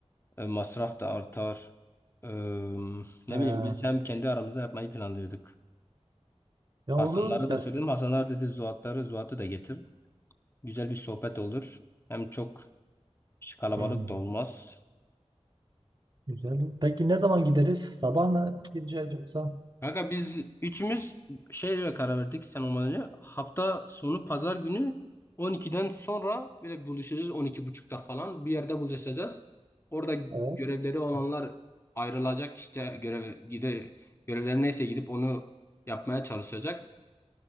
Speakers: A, on the left; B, on the right.
A: e, masraf da artar. Ee, ne
B: E,
A: bileyim biz hem kendi aramızda yapmayı planlıyorduk.
B: ya
A: Hasanlara
B: olur
A: da
B: ya
A: söyledim.
B: siz-
A: Hasanlar dedi Zuhatları, Zuhat'ı da getir. Güzel bir sohbet olur. Hem çok kalabalık
B: Hı.
A: da olmaz.
B: Güzel. Peki ne zaman gideriz? Sabah mı gideceğiz yoksa?
A: Kanka biz üçümüz şeyle karar verdik sen olmadan önce. Hafta sonu pazar günü 12'den sonra böyle buluşacağız on iki buçukta falan. Bir yerde buluşacağız. Orada
B: Evet.
A: görevleri olanlar ayrılacak işte görev gide görevleri neyse gidip onu yapmaya çalışacak.